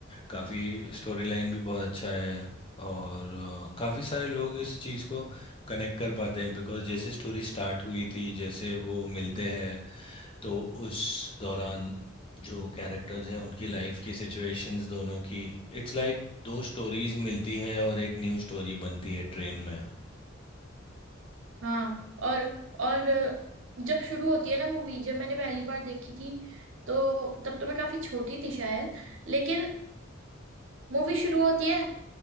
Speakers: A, on the left; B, on the right.
A: काफ़ी स्टोरी लाइन भी बहुत अच्छा है और काफ़ी सारे लोग इस चीज़ को कनेक्ट कर पाते हैं बिकॉज जैसे स्टोरी स्टार्ट हुई थी जैसे वो मिलते हैं तो उस दौरान जो कैरेक्टर्स हैं उनकी लाइफ की सिचुएशंस दोनों की इट्स लाइक like दो स्टोरीज मिलती है और एक न्यू स्टोरी बनती है ट्रेन में
B: हाँ और और जब शुरू होती है ना मूवी जब मैंने पहली बार देखी थी तो तब तो मैं काफी छोटी थी शायद लेकिन मूवी शुरू होती है